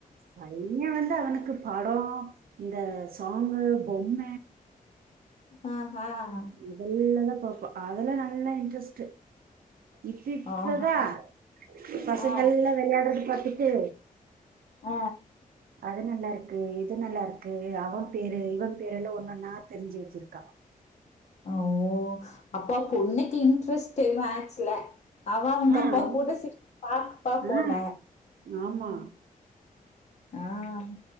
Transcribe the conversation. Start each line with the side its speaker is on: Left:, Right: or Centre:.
Right: ப <unintelligible> அவனுக்கு படோ இந்த சாங்கு பொம்ம
Left: ஆஹ் ஆஹ்
Right: இ தெல்லதான் பார்ப்பா அதல்லாம் நல்லா இன்ட்ரெஸ்ட் இப்ப இப்பதான்
Left: ஆஹா
Right: பசங்கள்
Left: ஆ
Right: எல்லாம் விளையாடுது பார்த்து கித்து
Left: ஆ
Right: அது நல்லா இருக்கு இது நல்லா இருக்கு அவன் பேரு இவன் பேருெல்லாம் ஒண்ணுன்னா தெரிஞ்சு வச்சிருக்கான்
Left: ஓ அப்போ பொண்ணுக்கு இன்ட்ரெஸ்ட் ஏதும் ஆட் ல அவன் உங்க
Right: ஆ,
Left: அப்பா
Right: அவ-
Left: கூட ச பாப்பா போல
Right: ஆ, ஆமா
Left: ஆஹ்